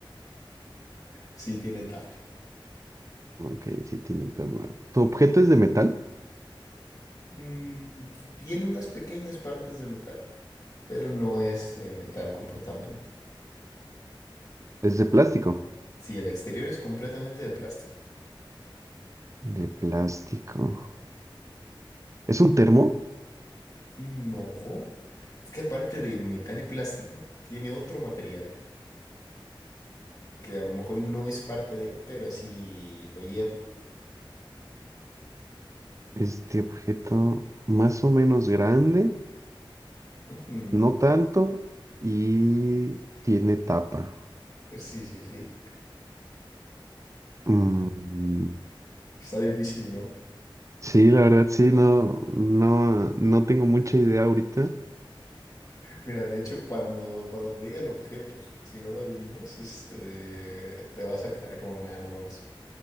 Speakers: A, on the left; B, on the right.
A: Sí, tiene tapa.
B: Ok, sí tiene tapa. ¿Tu objeto es de metal?
A: Mm, sí tiene unas pequeñas partes de metal, pero no es de metal completamente.
B: Es de plástico.
A: Sí, el exterior es completamente de plástico.
B: De plástico. ¿Es un termo?
A: No, es que aparte de metal y plástico, tiene otro material que a lo mejor y no es parte de, pero sí lo lleva.
B: Este objeto más o menos grande,
A: Ujú.
B: no tanto, y tiene tapa.
A: Pues sí, sí, sí.
B: Mm,
A: Está difícil, ¿no?
B: Sí, la verdad sí, no, no, no tengo mucha idea ahorita.
A: Mira, de hecho, cuando, cuando te diga el objeto, si no lo adivinas, este, te vas a quedar como, nada, no mames.